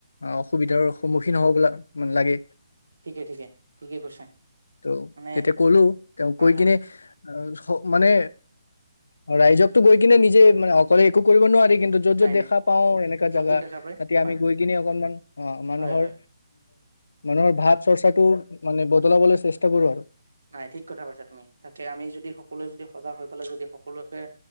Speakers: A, on the left; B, on the right.
A: অসুবিধাৰ সন্মুখীন হব লাগে।
B: ঠিকে ঠিকে ঠিকে কৈছা
A: ত',
B: মানে
A: তেতিয়া কলো তেওঁ
B: হয়
A: কৈ কিনে
B: হয়
A: অ', মানে অ ৰাইজকো গৈ কিনে নিজে মানে অকলে একো কৰিব নোৱাৰি। কিন্তু য'ত
B: নাই
A: য'ত দেখা
B: নাই
A: পাওঁ সেনেকা
B: য'ত
A: জাগা
B: য'ত দেখা পায় হয়
A: আমি গৈ কি অকমান অঁ মানুহৰ
B: হয় হয়
A: মানুহৰ ভাৱ চৰ্চাটো মানে বদলাবলৈ চেষ্টা কৰো আৰু
B: নাই ঠিক কথা কৈছা তুমি তাকে আমি যদি সকলোৱে যদি সজাগ হৈ পেলাই যদি সকলোকে